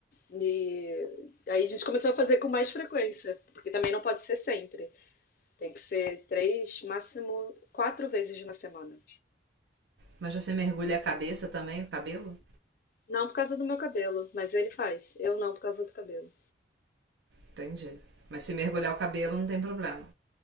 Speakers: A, on the left; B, on the right.
A: E aí a gente começou a fazer com mais frequência, porque também não pode ser sempre. Tem que ser três, máximo quatro vezes na semana.
B: Mas você mergulha a cabeça também, o cabelo?
A: Não por causa do meu cabelo, mas ele faz. Eu não por causa do cabelo.
B: Entendi. Mas se mergulhar o cabelo não tem problema.